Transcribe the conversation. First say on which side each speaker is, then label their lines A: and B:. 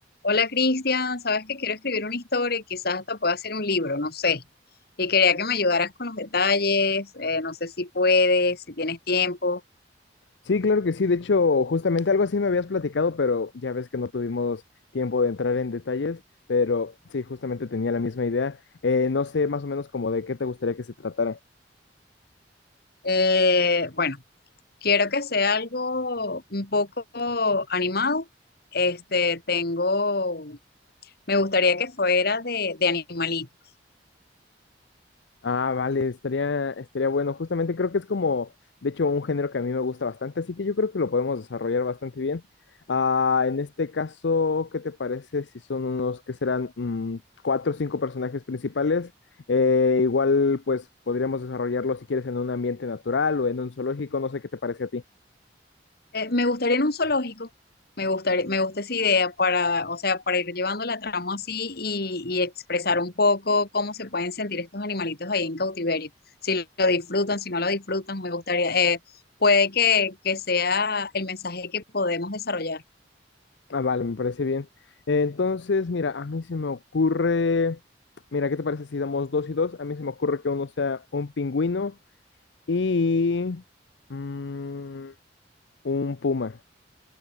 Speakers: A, on the left; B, on the left.
A: Hola Cristian, sabes que quiero escribir una historia y quizás hasta pueda hacer un libro, no sé. Y quería que me ayudaras con los detalles, eh, no sé si puedes, si tienes tiempo.
B: Sí, claro que sí. De hecho, justamente algo así me habías platicado, pero ya ves que no tuvimos tiempo de entrar en detalles, pero sí, justamente tenía la misma idea. Eh, no sé más o menos como de qué te gustaría que se tratara.
A: Eh, bueno, quiero que sea algo un poco animado. Este, tengo, me gustaría que fuera de, de animalitos.
B: Ah, vale, estaría, estaría bueno. Justamente creo que es como, de hecho, un género que a mí me gusta bastante, así que yo creo que lo podemos desarrollar bastante bien. Ah, en este caso, ¿qué te parece si son unos que serán Mm, cuatro o cinco personajes principales? Eh, igual, pues podríamos desarrollarlo si quieres en un ambiente natural o en un zoológico, no sé qué te parece a ti.
A: Eh, me gustaría en un zoológico, me gustaría, me gusta esa idea para, o sea, para ir llevando la trama así y, y expresar un poco cómo se pueden sentir estos animalitos ahí en cautiverio, si lo disfrutan, si no lo disfrutan, me gustaría, eh, puede que, que sea el mensaje que podemos desarrollar,
B: Ah, vale, me parece bien. Entonces, mira, a mí se me ocurre, mira, ¿qué te parece si damos dos y dos? A mí se me ocurre que uno sea un pingüino Y mm, un puma,